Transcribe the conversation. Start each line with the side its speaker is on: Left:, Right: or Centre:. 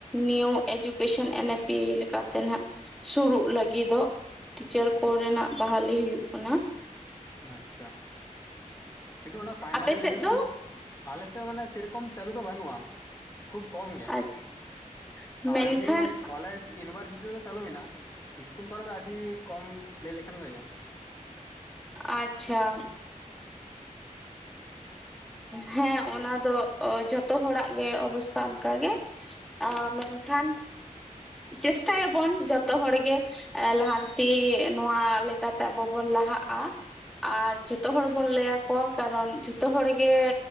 Centre: ᱱᱤᱭᱩ ᱮᱡᱩᱠᱮᱥᱮᱱ ᱮᱱ ᱮ ᱯᱤ ᱞᱮᱠᱟᱛᱮ ᱱᱟᱦᱟᱸᱜ᱾ ᱥᱩᱨᱩᱜ ᱞᱟᱹᱜᱤᱫᱚᱜ ᱴᱤᱪᱟᱨ ᱠᱚᱨᱮᱱᱟᱜ ᱵᱟᱦᱟᱞᱤ ᱦᱩᱭᱩᱜ ᱠᱟᱱᱟ᱾
Left: ᱟᱪᱪᱷᱟ᱾ ᱠᱤᱱᱛᱩ ᱚᱱᱟ ᱯᱟᱭᱢᱟᱨᱤ
Centre: ᱟᱯᱮ
Left: ᱞᱮᱵᱮᱞ
Centre: ᱥᱮᱫ ᱫᱚ
Left: ᱠᱷᱚᱱ ᱟᱞᱮᱥᱮᱜ ᱢᱟᱱᱮ ᱥᱮᱨᱚᱠᱚᱢ ᱪᱟᱹᱞᱩ ᱫᱚ ᱵᱟᱹᱱᱩᱜᱼᱟ᱾ ᱠᱷᱩᱵᱽ ᱠᱚᱢ ᱜᱮ
Centre: ᱟᱪᱪᱷᱟ ᱢᱮᱱᱠᱷᱟᱱ
Left: ᱟᱨ ᱮᱢᱱᱤ ᱠᱚᱞᱮᱡᱽ ᱥᱮ ᱤᱱᱵᱷᱟᱨᱥᱤᱴᱤ ᱨᱮᱫᱚ ᱪᱟᱹᱞᱩ ᱢᱮᱱᱟᱜᱼᱟ᱾ ᱤᱥᱠᱩᱞ ᱠᱚᱨᱮ ᱫᱚ ᱟᱹᱰᱤ ᱠᱚᱢ ᱞᱟᱹᱭ ᱞᱮᱠᱷᱟᱱ ᱜᱮ ᱦᱳᱭᱳᱜᱼᱟ᱾
Centre: ᱟᱪᱪᱷᱟ ᱾ ᱦᱮᱸ ᱚᱱᱟ ᱫᱚ ᱡᱷᱚᱛᱚ ᱦᱚᱲᱟᱜ ᱜᱮ ᱚᱵᱚᱥᱛᱷᱟ ᱚᱱᱠᱟᱜ ᱜᱮ ᱾ ᱢᱮᱱᱠᱷᱟᱱ ᱪᱮᱥᱴᱟ ᱭᱟᱵᱚᱱ ᱡᱚᱛᱚ ᱦᱚᱲ ᱜᱮ ᱾ ᱞᱟᱦᱟᱱᱛᱤ ᱱᱚᱣᱟ ᱞᱮᱠᱟᱛᱮ ᱟᱵᱚ ᱵᱚᱱ ᱞᱟᱦᱟᱜᱼᱟ ᱾ ᱟᱨ ᱡᱚᱛᱚ ᱦᱚᱲ ᱵᱚᱱ ᱞᱟᱹᱭᱟ ᱟᱠᱚᱣᱟ ᱠᱟᱨᱚᱱ <unintelligible> ᱡᱚᱛᱚ ᱦᱚᱲ ᱜᱮ